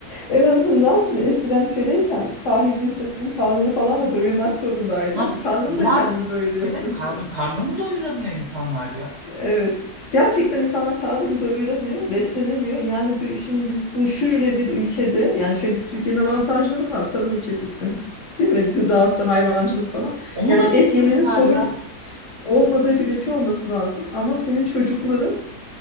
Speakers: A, on the left; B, on the right.
A: En azından şimdi eskiden köleyken sahibin senin karnını falan da doyurmak zorundaydı.
B: Ha,
A: Karnını
B: bunlar
A: da kendin doyuruyorsun.
B: evet karn- karnını doyuramıyor insanlar ya.
A: Evet. Gerçekten insanlar karnını doyuramıyor, beslenemiyor. Yani bir, şimdi biz bu şöyle bir ülkede yani şöyle Türkiye'nin avantajları var. Tarım ülkesisin. Değil mi? Gıdası, hayvancılık falan.
B: Onu
A: Yani
B: da
A: et
B: bitirdiler
A: yemenin sorun
B: ya.
A: olmadığı bir ülke olması lazım. Ama senin çocukların